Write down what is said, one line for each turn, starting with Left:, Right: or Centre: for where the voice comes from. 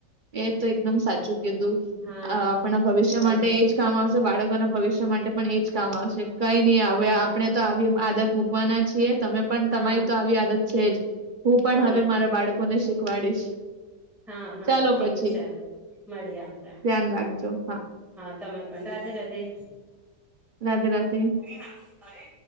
Right: એ તો એકદમ સાચું કીધું
Centre: હા
Right: અ આપણા ભવિષ્ય માટે
Centre: અ
Right: એજ કામ આવશે બાળક લોકોના ભવિષ્ય માટે પણ એજ કામ આવશે. કઈ નહી આવે
Centre: હા
Right: આપણે તો આવી આદત મૂકવાના છીએ. તમે પણ
Centre: હા
Right: તમારી
Centre: હા
Right: તો આવી આદત છે જ. હું પણ
Centre: હા
Right: હવે મારા બાળકોને શીખવાડીશ.
Centre: હા હા
Right: ચાલો
Centre: ઠીક
Right: પછી
Centre: છે મળીએ આપણે
Right: ધ્યાન રાખજો હા.
Centre: તમે પણ રાધે રાધે.
Right: રાધે રાધે.
Centre: રીના અરે